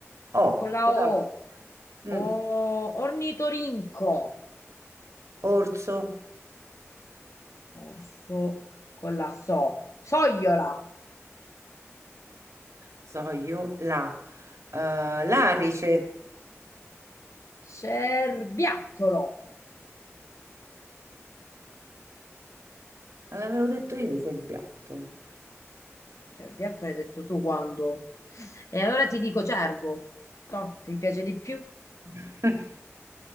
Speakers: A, on the right (about 75°); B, on the left (about 80°).
A: oh,
B: E con la
A: quella,
B: O.
A: mm,
B: O, ornitorinco.
A: orso.
B: Orso con la So. Sogliola.
A: So io la, eh, l'arice,
B: Cerbiattolo.
A: Ma l'avevo detto io c'è il piatto.
B: Cerbiattolo hai detto tu quando? E allora ti dico cervo. Toh, ti piace di più?
A: <laughs>